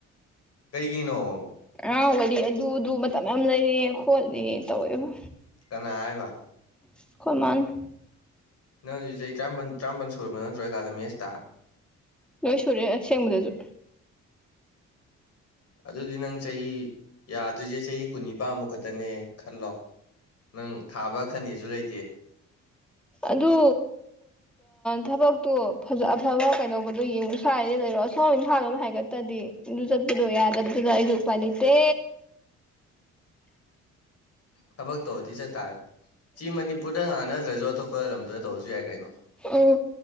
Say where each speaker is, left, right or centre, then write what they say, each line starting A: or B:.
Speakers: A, on the left (about 55°); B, in the centre.
A: ꯀꯩꯒꯤꯅꯣ
B: ꯑꯥꯎ ꯋꯥꯔꯤꯗꯤ ꯑꯗꯨꯗꯨ ꯃꯇꯝ ꯌꯥꯝ ꯂꯩꯔꯦ ꯈꯣꯠꯂꯦ ꯇꯧꯋꯦꯕ
A: ꯀꯅ ꯑꯥꯏꯕ
B: ꯑꯩꯈꯣꯏꯃꯥꯏꯅꯤ
A: ꯅꯪ ꯍꯧꯖꯤꯛ ꯆꯍꯤ ꯇꯔꯥꯄꯜ ꯇꯔꯥꯄꯜ ꯁꯨꯔꯕ ꯅꯠꯇ꯭ꯔꯣ ꯑꯦꯀꯥꯗꯃꯤꯛ ꯑꯦꯁꯇ
B: ꯂꯣꯏ ꯁꯨꯔꯦ ꯑꯁꯦꯡꯕꯗꯁꯨ
A: ꯑꯗꯨꯗꯤ ꯅꯪ ꯆꯍꯤ ꯌꯥꯗꯣꯏꯁꯦ ꯆꯍꯤ ꯀꯨꯟꯅꯤ ꯄꯥꯟꯕꯥꯝꯕ ꯈꯛꯇꯅꯦ ꯈꯜꯂꯣ ꯅꯪ ꯊꯥꯕ ꯈꯟꯅꯤꯁꯨ ꯂꯩꯇꯦ
B: ꯑꯗꯨ ꯊꯕꯛꯇꯣ ꯑꯐꯕ ꯀꯩꯗꯧꯕꯗꯨꯣ ꯌꯦꯡꯉꯨ ꯁ꯭ꯋꯥꯏꯗꯤ ꯂꯩꯔꯣꯑꯣ ꯑꯁꯣꯝ ꯏꯝꯐꯥꯜꯂꯣꯝꯗ ꯍꯥꯏꯒꯠꯇꯗꯤ ꯑꯥꯗꯨ ꯆꯠꯄꯗꯨ ꯌꯥꯗꯕꯨꯗꯨꯗ ꯑꯩꯁꯨ ꯎꯄꯥꯥꯏ ꯂꯩꯇꯦ
A: ꯊꯕꯛ ꯇꯧꯔꯗꯤ ꯆꯠꯇꯥꯥꯔꯦ ꯁꯤ ꯃꯅꯤꯄꯨꯔꯗ ꯉꯥꯡꯅꯗ꯭ꯔꯁꯨ ꯑꯇꯣꯞꯄ ꯂꯝꯗ ꯇꯧꯔꯁꯨ ꯌꯥꯏ ꯀꯩꯅꯣ
B: ꯎꯝ